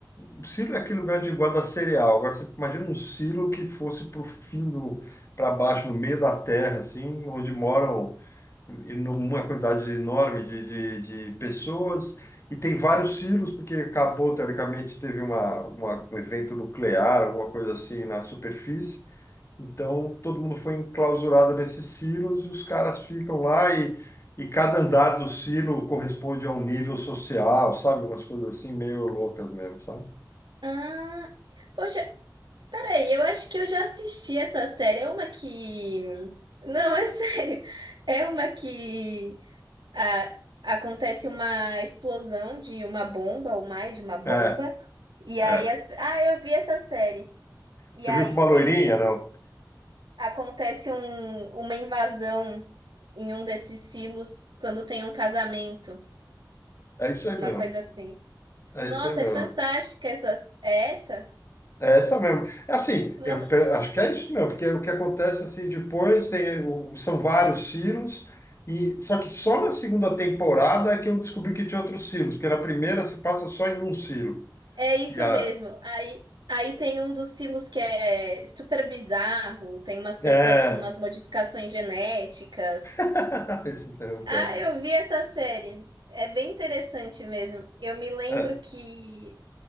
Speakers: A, on the left; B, on the right.
A: O silo é aquele lugar de guarda cereal. Agora você imagina um silo que fosse para o fim do... para baixo, no meio da terra, assim, onde moram uma quantidade enorme de, de, de pessoas... E tem vários silos, porque acabou, teoricamente, teve uma, uma, um evento nuclear, alguma coisa assim na superfície. Então, todo mundo foi enclausurado nesses silos e os caras ficam lá e, e cada andar do silo corresponde a um nível social, sabe? Umas coisas assim meio loucas mesmo, sabe?
B: Ah, Poxa, Peraí, eu acho que eu já assisti essa série. É uma que. Não, <laughs> é sério. É uma que ah, acontece uma explosão de uma bomba, ou mais de uma bomba.
A: É,
B: E aí.
A: é.
B: As... Ah, eu vi essa série. E
A: Você
B: aí
A: viu com uma
B: tem.
A: loirinha, não?
B: Acontece um... uma invasão em um desses silos quando tem um casamento.
A: É isso aí
B: Uma
A: mesmo.
B: coisa assim.
A: É
B: Nossa,
A: isso aí mesmo.
B: é fantástica essa. É essa?
A: É essa mesmo. É assim,
B: Nossa,
A: eu pe- acho que é isso mesmo, porque o que acontece assim depois tem, o- são vários silos e só que só na segunda temporada é que eu descobri que tinha outros silos, porque na primeira se passa só em um silo.
B: É isso
A: E a,
B: mesmo. Aí, aí tem um dos silos que é super bizarro, tem umas pessoas
A: é,
B: com umas modificações genéticas.
A: <laughs> Esse não, cara.
B: Ah, eu vi essa série. É bem interessante mesmo. Eu me lembro
A: É.
B: que